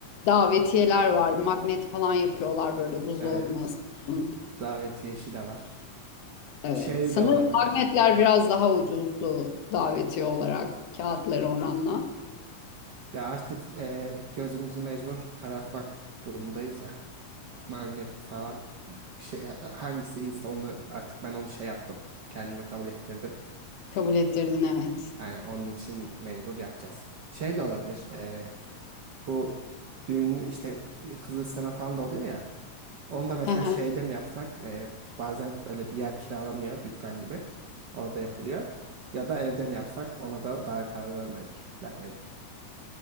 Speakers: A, on the left; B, on the right.
A: Davetiyeler var, magnet falan yapıyorlar böyle buzdolabına
B: Evet.
A: asıyorsun.
B: Davetiye işi de var.
A: Evet.
B: şey
A: Sanırım
B: de olabilir.
A: magnetler biraz daha ucuzdu davetiye olarak kağıtları oranla.
B: Ya artık e, gözümüzü mecbur karartmak durumundayız ya. Magnet falan bir şey hangisi iyiyse onu artık ben onu şey yaptım. Kendime kabul ettirdim.
A: Kabul ettirdin evet.
B: Yani onun için mecbur yapacağız. Şey de olabilir. e, bu düğün işte kız isteme falan da oluyor ya. Onu da mesela
A: <laughs>
B: şeyde mi yapsak? e, bazen böyle bir yer kiralanıyor dükkan gibi. Orada yapılıyor. Ya da evde mi yapsak? Ona da daha karar vermedik. Vermedik.